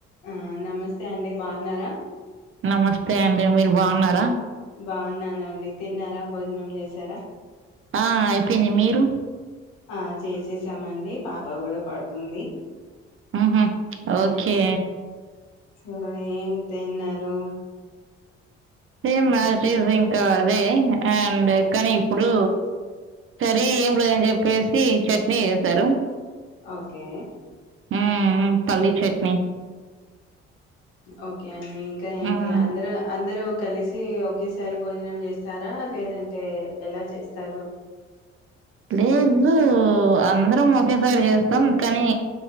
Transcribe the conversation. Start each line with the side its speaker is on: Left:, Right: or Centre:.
Left: ఆ నమస్తే అండి బాగున్నారా
Right: నమస్తే అండి మీరు బాగున్నారా
Left: బాగున్నానండి తిన్నారా భోజనం చేసారా
Right: ఆ అయిపోయింది మీరు
Left: ఆ చేసేసామండి పాప కూడా పడుకుంది
Right: హ్మ్ హు
Left: మ్మ్
Right: ఓకే
Left: సో ఏం తిన్నారు
Right: సేమ్ ఆసిటీస్ ఇంకా అదే అండ్ కానీ ఇప్పుడు సరే ఏం లేదు అని చెప్పేసి చట్నీ చేసారు
Left: ఓకే
Right: మ్మ్ పల్లీ చట్నీ
Left: ఓకే అండి ఇంకా ఏంటి
Right: మ్మ్
Left: అందరు అందరు కలిసి ఒకేసారి భోజనం చేస్తారా లేదంటే ఎలా చేస్తారు
Right: లేదు అందరం ఒకేసారి చేస్తాం కానీ